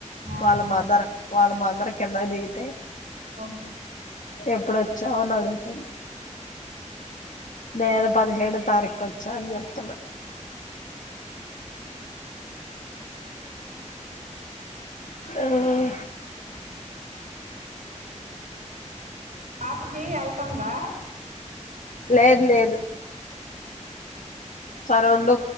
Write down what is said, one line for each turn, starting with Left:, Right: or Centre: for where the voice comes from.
Right: ఆ ఆ
Left: వాళ్ళ మదర్ వాళ్ళ మదర్ కిందికి దిగ్
Right: ఓహో
Left: ఎప్పుడొచ్చావ్ అని అడుగుతుంది నేను పదిహేడు తారీకు వచ్చా అని చెప్తున్న అవు
Right: పాపుకి వెళ్తుందా
Left: లేదు లేదు సరే ఉండు